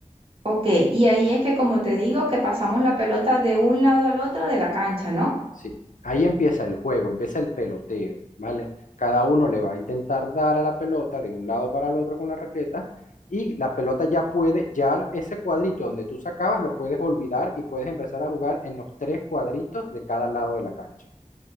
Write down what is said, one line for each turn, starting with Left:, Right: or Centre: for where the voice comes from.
Right: Ok, y ahí es que como te digo, que pasamos la pelota de un lado al otro de la cancha, ¿no?
Left: Sí. Ahí empieza el juego, empieza el peloteo, ¿vale? Cada uno le va a intentar dar a la pelota de un lado para el otro con la raqueta y la pelota ya puede, ya ese cuadrito donde tú sacabas lo puedes olvidar y puedes empezar a jugar en los tres cuadritos de cada lado de la cancha.